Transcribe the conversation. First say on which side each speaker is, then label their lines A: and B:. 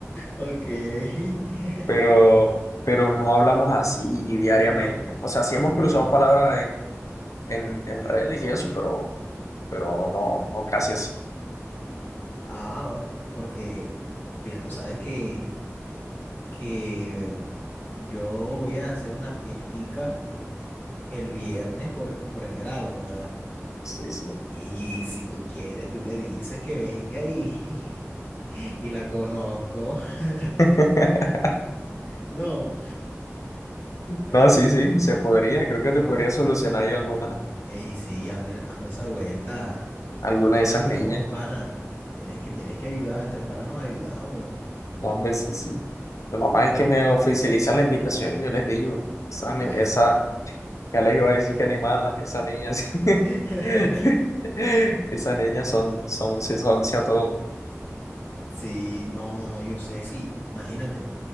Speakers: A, on the left; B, on the left.
A: Ok. <laughs>
B: Pero, pero no hablamos así diariamente.
A: O sea, no-
B: O sea, sí
A: Ah,
B: hemos
A: ok.
B: cruzado palabras en, en, en redes y eso, pero, pero no, no casi así.
A: Ah, porque, mira, tú sabes que, que yo voy a hacer una fiestica el viernes por, por el grado, ¿verdad?
B: Sí, sí.
A: Y si tú quieres, tú le dices que venga y, <laughs> y la conozco. <laughs>
B: <laughs>
A: No. Ey,
B: No, sí, sí, se podría. Creo que te
A: ay,
B: podría solucionar ahí alguna.
A: ey, sí, hazme, hazme esa vuelta.
B: alguna
A: sabes
B: de esas
A: que
B: niñas.
A: somos panas. Tienes que, tienes que ayudar, entre panas nos ayudamos.
B: No, hombre, sí, sí. Lo normal
A: Pero,
B: es que me oficializa la invitación y yo les digo, esa,
A: da
B: ni- esa,
A: eso.
B: ya les iba a decir que animalas, esas niñas,
A: <laughs>
B: <laughs> esas niñas son, son, se son, a todo.
A: Sí, no, no, no, yo sé, sí, imagínate.